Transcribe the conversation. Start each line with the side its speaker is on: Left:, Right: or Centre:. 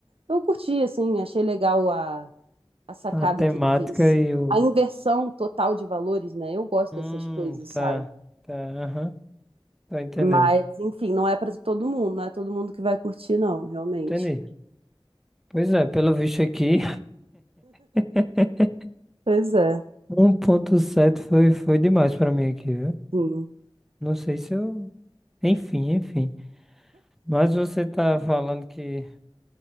Right: eu curti, assim, achei legal a, a sacada
Centre: a temática
Right: que ele fez.
Centre: e o.
Right: A inversão total de valores, né? Eu gosto
Centre: Hum,
Right: dessas coisas,
Centre: tá,
Right: sabe?
Centre: tá, aham, tô entendendo.
Right: Mas, enfim, não é para todo mundo, não é todo mundo que vai curtir, não, realmente.
Centre: Entendi. Pois é, pelo visto aqui, <laughs>
Right: Pois é,
Centre: um ponto sete foi, foi demais pra mim aqui, viu?
Right: sim.
Centre: Não sei se eu. Enfim, enfim. Mas você tá falando que.